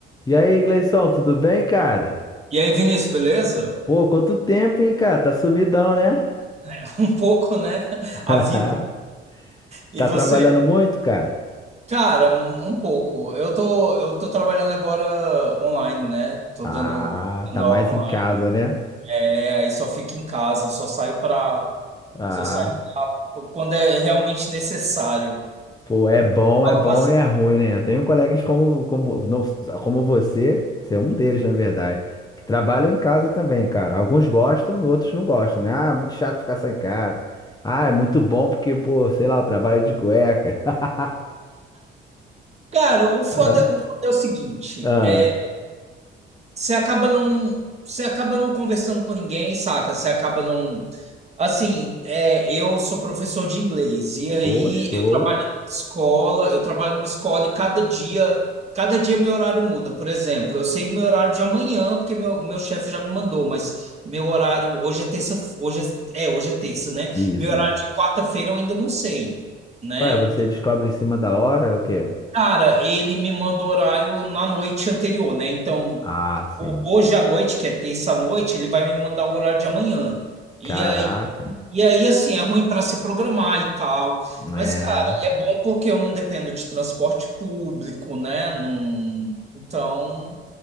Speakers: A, on the left; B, on the right.
A: E aí, Gleison, tudo bem, cara?
B: E aí, Vinícius, beleza?
A: Pô, quanto tempo, hein, cara? Tá sumidão, né?
B: <laughs> Um pouco, né?
A: <laughs>
B: A vida. E
A: Tá
B: você?
A: trabalhando muito, cara?
B: Cara, um um pouco. Eu tô, eu tô trabalhando agora online, né? Tô
A: Ah,
B: dando, dando
A: tá mais
B: aula online.
A: em casa, né?
B: É, aí só fico em casa, só saio pra,
A: Ah,
B: só saio pra, quando é realmente necessário.
A: pô, é bom,
B: Algumas
A: é bom e é ruim, né? Eu tenho colegas como, como, não, como você, você é um deles, na verdade, que trabalham em casa também, cara. Alguns gostam, outros não gostam, né? Ah, muito chato ficar sem cara. Ah, é muito bom porque, pô, sei lá, eu trabalho de cueca. <laughs>
B: Cara, o foda,
A: Ah,
B: o foda é o seguinte,
A: ah,
B: é, você acaba não, você acaba não conversando com ninguém, saca? Você acaba não, assim, é, eu sou professor de inglês e aí
A: pô, show.
B: eu trabalho numa escola, eu trabalho numa escola e cada dia, cada dia meu horário muda. Por exemplo, eu sei meu horário de amanhã porque meu, meu chefe já me mandou, mas meu horário hoje é terça, hoje é, é, hoje é terça, né?
A: Isso,
B: Meu horário
A: isso.
B: de quarta-feira eu ainda não sei. Né?
A: Ué, você descobre em cima da hora é o quê?
B: Cara, ele me manda o horário na noite anterior, né? Então,
A: Ah, sim.
B: ho- hoje à noite, que é terça à noite, ele vai me mandar o horário de amanhã. E
A: Caraca.
B: aí, e aí assim, é ruim para se programar e tal. Mas,
A: É.
B: cara, é bom porque eu não dependo de transporte público, né? Não- então,